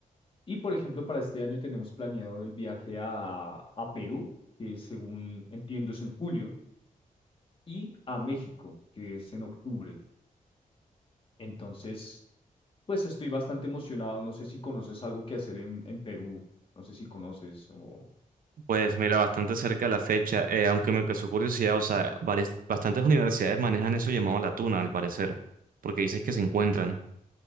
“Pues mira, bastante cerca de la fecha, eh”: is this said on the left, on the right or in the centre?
Right